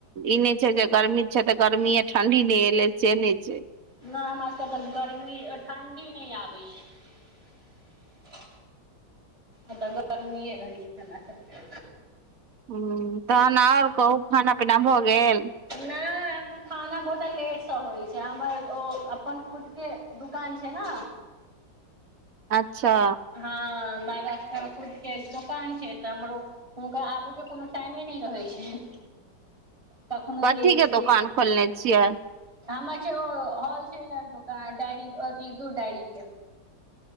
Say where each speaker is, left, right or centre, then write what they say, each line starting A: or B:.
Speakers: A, on the right; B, on the right.
A: ई नहि छै जे गर्मी छै तऽ गर्मीये आ ठणडी नहि एले से नहि छै
B: नहि हमरा सभके तऽ गर्मी ठण्डी नहि आबै छै आ गर्मी रहै छै हमरा सबके
A: हुँ तहन आउर कहू खाना पीना भऽ गेल
B: नहि हमर खाना बहुत लेटसँ होइ छै हमर ओ अपन खुद के दुकान छै ना
A: अच्छा
B: हँ महाराष्ट्रा फूड के दुकान छै त हमरो हुनकर आबयके कोनो टाइमे नहि रहैत छैन कखनो
A: कथी
B: लेट
A: के
B: सेट
A: दोकान खोलने छियै
B: हमर छै ओ होलसेलर दोकान डायरी अथि दू डायरी के